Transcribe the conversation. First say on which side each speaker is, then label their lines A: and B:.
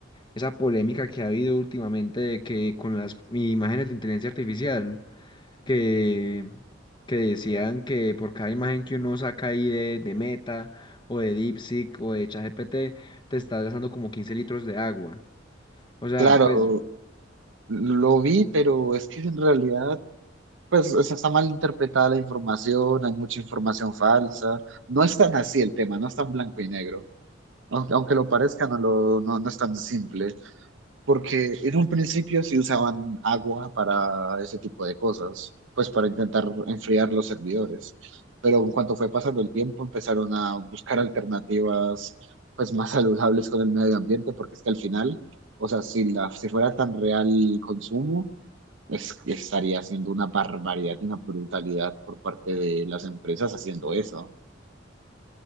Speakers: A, on the left; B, on the right.
A: esa polémica que ha habido últimamente de que con las imágenes de inteligencia artificial, que, que decían que por cada imagen que uno saca ahí de, de Meta, o de DeepSeek, o de ChatGPT, te estás gastando como 15 litros de agua. O sea,
B: Claro,
A: pues
B: lo vi, pero es que en realidad, pues o sea, está mal interpretada la información, hay mucha información falsa, no es tan así el tema, no es tan blanco y negro, aunque, aunque lo parezca, no, lo, no, no es tan simple. porque en un principio sí usaban agua para ese tipo de cosas, pues para intentar enfriar los servidores, pero en cuanto fue pasando el tiempo empezaron a buscar alternativas pues más saludables con el medio ambiente, porque es que al final, o sea, si, la, si fuera tan real el consumo, es, estaría haciendo una barbaridad y una brutalidad por parte de las empresas haciendo eso.